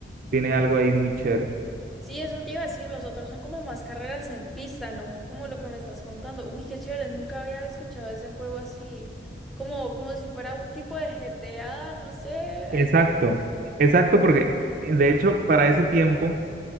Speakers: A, on the right; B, in the centre.
A: tiene algo ahí muy chévere.
B: Sí, eso te iba a decir, los otros son como más carreras en pista, ¿no? Como lo que me estás contando. Uy, qué chévere, nunca había escuchado ese juego así, como, como si fuera un tipo de GTA, no sé, ahí
A: Exacto,
B: me...
A: exacto, porque eh, de hecho para ese tiempo